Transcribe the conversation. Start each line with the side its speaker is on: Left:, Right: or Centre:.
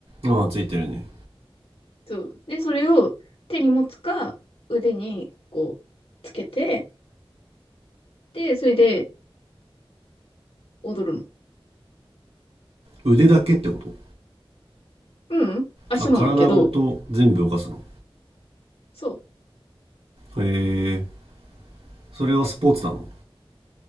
Right: ああ、ついてるね。
Left: そう。で、それを手に持つか、腕にこう、つけて、で、それで踊るの。
Right: 腕だけってこと
Left: うん、足もだけど、
Right: あ、体ごと全部動かすの。
Left: そう。
Right: へえ、それはスポーツなの